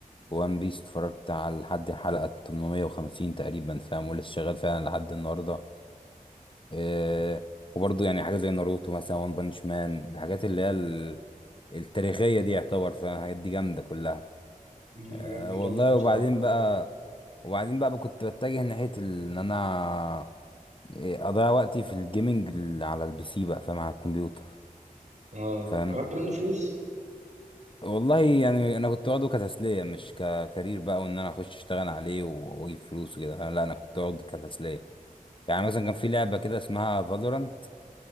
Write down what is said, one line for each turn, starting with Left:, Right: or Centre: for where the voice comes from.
Left: وان بيس اتفرجت على لحد الحلقة 850 تقريبا فاهم ولسه شغال فعلا لحد النهاردة آه، وبرضه يعني حاجة زي ناروتو مثلا وان بانش مان الحاجات اللي هي ال- التاريخية دي يعتبر فالحاجات دي جامدة كلها
Right: مم، الحاجات
Left: آه،
Right: دي
Left: والله
Right: تحفة بصراحة
Left: وبعدين بقى وبعدين بقى كنت بتجه ناحية ال- ان انا آه، اضيع وقتي في الجيمنج ال- على البي سي بقى فاهم على الكمبيوتر
Right: اه
Left: فاهم
Right: عملت منه فلوس
Left: والله يعني انا كنت واخده كتسلية مش ككارير بقى وان انا اخش اشتغل عليه و- واجيب فلوس وكده فاهم لا انا كنت واخده كتسلية يعني مثلا كان في لعبة كده اسمها فالورانت